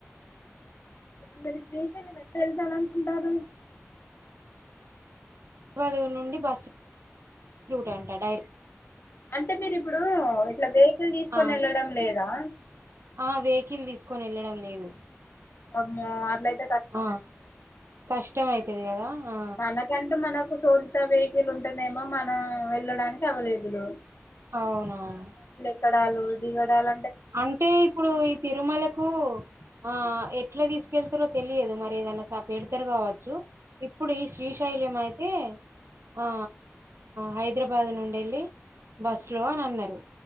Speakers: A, on the left; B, on the right.
A: ఎప్పటికి పేషణళ్ళమే. వెళ్తాననుకుంటారు.
B: హైదరాబాద్ నుండి బస్సు రూట్ అంట డైరె.
A: అంటే మీరి ఇప్పుడు ఇట్లా వెకిల్ తీసుకొని
B: ఆ
A: వెళ్ళడం లేదా.
B: ఆ వెకిల్ తీసుకొని వెళ్ళడం లేదు.
A: ఆమ్మో ఆన్లైన్.
B: ఆ కష్టం అయితది కదా ఆ.
A: మనకంటూ మనకు సొంత వెకిల్ ఉంటానేేమో మన వెళ్ళడానికి అవలేబులు.
B: అవునవును.
A: ఎక్కడాలు దిగడాల.
B: అంటే ఇప్పుడు ఈ తిరుమలకు ఆ ఎ. ఎట్లా తీసుకెళ్తారో తెలియదు మరి ఏదైనా స ఎడతరు కావచ్చు, ఇప్పుడు ఈ శ్రీశైలం అయితే, ఆ హైదరాబాద్ నుండేళ్ళి బస్ లో అని అన్నారు.